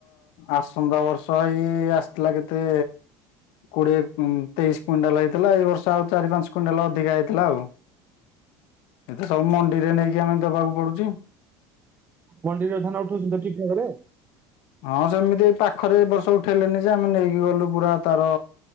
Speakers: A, on the left (about 70°); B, on the right (about 20°).
A: ଆସନ୍ତା ବର୍ଷ ଏଇ ଆସିଥିଲା କେତେ କୋଡିଏ ତେଇଶି କୁଇଣ୍ଟାଲ ହେଇଥିଲା ଏଇ ବର୍ଷ ଆଉ ଚାରି ପାଞ୍ଚ କୁଇଣ୍ଟାଲ ଅଧିକା ହେଇଥିଲା ଆଉ। ଏତେ ସବୁ ମଣ୍ଡିରେ ନେଇକି ଆମେ ଦବାକୁ ପଡୁଚି।
B: ମଣ୍ଡିରେ ଧାନ ଉଠଉଛନ୍ତି ତ ଠିକ୍ ଠାକ୍ ରେ?
A: ହଁ ସେମିତି ଏଇ ପାଖରେ ଏ ବର୍ଷ ଉଠେଇଲେନି ଯେ ଆମେ ନେଇକି ଗଲୁ ପୁରା ତାର